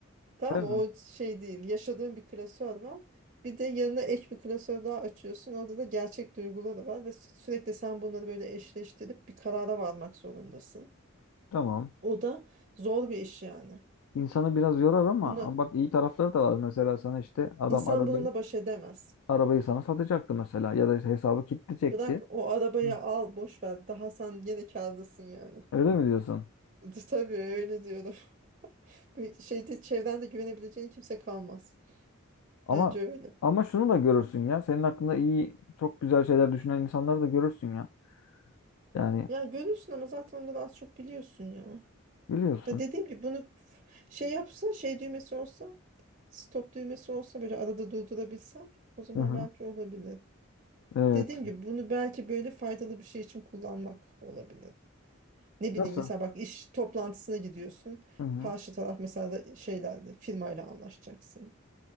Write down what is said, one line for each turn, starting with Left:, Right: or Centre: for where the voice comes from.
Right: Tamam
Left: Değil
Right: mı?
Left: mi?
Right: o şey değil, yaşadığın bir klasör var. Bir de yanına ek bir klasör daha açıyorsun. Orada da gerçek duyguları var ve sü- sürekli sen bunları böyle eşleştirip bir karara varmak zorundasın.
Left: Tamam.
Right: O da zor bir iş yani.
Left: İnsanı biraz yorar ama
Right: Bunu
Left: ama bak iyi tarafları da var. Mesela sana işte adam
Right: insan
Left: arabayı
Right: bununla baş edemez.
Left: arabayı sana satacaktı mesela ya da işte hesabı kilitleyecekti.
Right: Bırak o arabayı
Left: Hı.
Right: al boş ver. Daha sen gene kârdasın yani.
Left: Öyle mi diyorsun?
Right: <laughs> Tabii öyle diyorum. Ve Şeyde çevrende güvenebileceğin kimse kalmaz.
Left: Ama
Right: Bence öyle.
Left: ama şunu da görürsün ya. Senin hakkında iyi, çok güzel şeyler düşünen insanları da görürsün ya. Yani
Right: Ya görürsün ama zaten onları az çok biliyorsun ya.
Left: biliyorsun.
Right: Ya dediğim gibi bunu f- şey yapsa, şey düğmesi olsa, stop düğmesi olsa böyle arada durdurabilsen o zaman
Left: Hı hı.
Right: belki olabilir.
Left: Evet.
Right: Dediğim gibi bunu belki böyle faydalı bir şey için kullanmak olabilir. Ne bileyim
Left: Nasıl?
Right: mesela bak iş toplantısına gidiyorsun.
Left: Hı hı.
Right: Karşı taraf mesela da şeylerle firmayla anlaşacaksın.